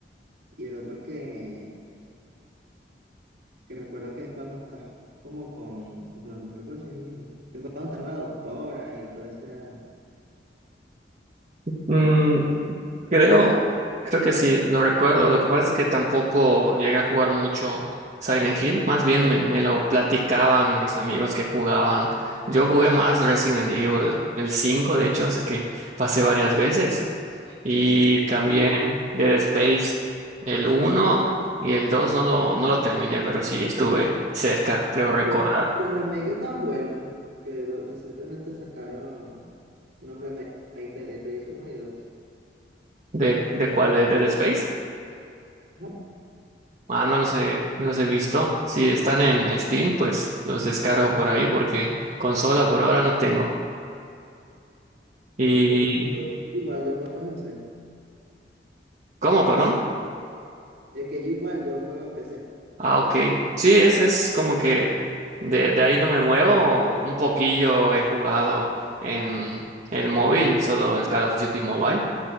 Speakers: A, on the right (about 65°); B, on the right (about 45°).
A: y el otro que, que recuerdo que es cuando estás como con, o que no, no recuerdo si es el mismo, que cuando estás con la doctora y toda esa...
B: Mm, creo, creo que sí, lo recuerdo. Lo que pasa es que tampoco llegué a jugar mucho Silent Hill. Más bien me, me lo platicaban mis amigos que jugaban. Yo jugué más Resident Evil, el 5 de hecho, así que pasé varias veces. Y también
A: Uh,
B: Dead Space, el uno y el 2 no lo, no lo terminé, pero sí estuve cerca, creo recordar.
A: Los, los remakes tan buenos que lo- recientemente sacaron unos remakes de Dead Space uno y dos
B: ¿De, de cuál? ¿De Dead Space?
A: Ujú.
B: Ah, no los he, no los he visto. Si están en Steam, pues los descargo por ahí porque consola por ahora no tengo. ¿Y
A: Yo, yo igual, yo juego en PC.
B: cómo, perdón?
A: Es que yo igual, yo juego en PC.
B: Ah, ok. Sí, es, es como que de, de ahí no me muevo. Un poquillo he jugado en el móvil, solo el Call of Duty Mobile.